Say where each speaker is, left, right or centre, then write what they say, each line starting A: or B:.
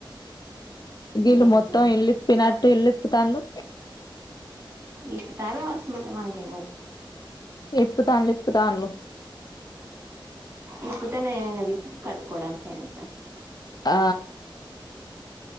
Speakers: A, on the left; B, on the right.
A: గిలు
B: ఏం
A: మొత్తం
B: చేయాలి
A: ఇల్లిప్పినాటు ఇల్లి తల్లు
B: ఇప్పు తర్వాసమ మనకి ఎం
A: ఇప్పు తాన్లు ఇప్పు తాన్లు
B: ఇప్పుతనే అది కట్టుకోవడానికి అయితన్
A: ఆ